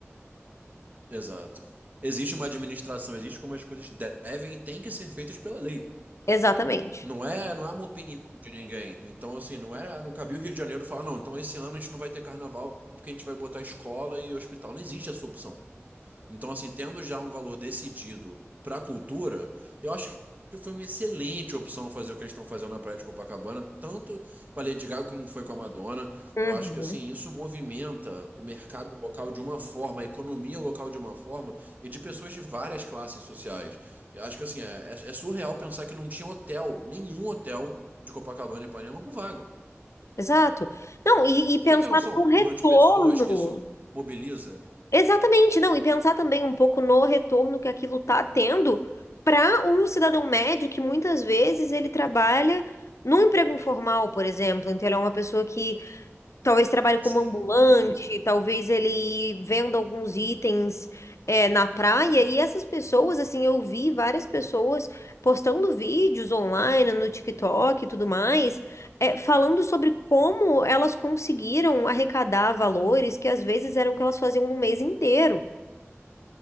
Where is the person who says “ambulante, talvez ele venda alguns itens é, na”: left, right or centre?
Left